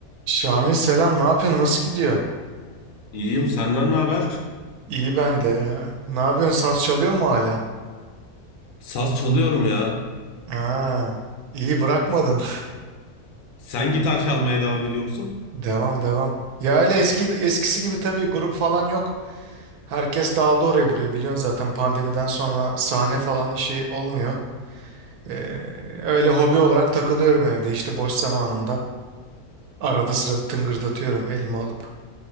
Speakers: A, on the right (about 80°); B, on the left (about 65°).
A: Şami selam ne yapıyorsun nasıl gidiyor?
B: İyiyim, senden ne haber?
A: İyi ben de ya. Ne yapıyorsun saz çalıyor mu hala?
B: Saz çalıyorum ya.
A: Aa, iyi bırakmadın.
B: Sen gitar çalmaya devam ediyor musun?
A: <laughs> Devam devam. Ya öyle eski eskisi gibi tabii grup falan yok. Herkes dağıldı oraya buraya biliyorsun zaten pandemiden sonra sahne falan işi olmuyor. Ee, öyle hobi olarak takılıyorum evde işte boş zamanımda. Arada sırada tıngırdatıyorum elime alıp.